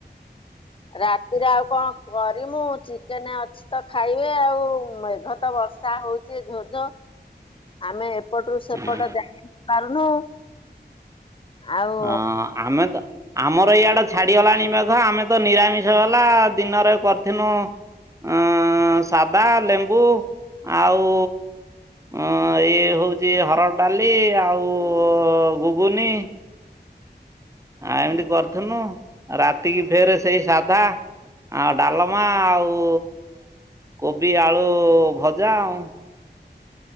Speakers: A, on the left; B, on the right.
A: ରାତିରେ ଆଉ କଣ କରିମୁ ଚିକେନ ଅଛି। ତ ଖାଇବେ ଆଉ ମେଘତ ବର୍ଷା ହୋଉଚି ଧୋଧ ଆମେ ଏପଟରୁ ସେପଟ
B: ହୁଁ
A: ଜାଇ ପାରୁନୁ। ଆଉ
B: ହଁ ଆମେ ତ ଆମର ଇଆଡେ ଛାଡିଗଲାଣି ମେଘ ଆମେ ତ ନିରାମିଷ ବାଲା ଦିନରେ କରିିଥିନୁ ଅ ସାଧା ଲେମ୍ବୁ ଆଉ ଅ ଇ ହଉଛି ହରଡ ଡାଲି ଆଉ ଗୁଗୁନି। ଆ ଏମିତି କରିଥିନୁ ରାତିକି ଫେରେ ସେଇ ସାଧା। ଆ ଡାଲମା ଆଉ କୋବି ଆଳୁ ଭଜା ଆଉ।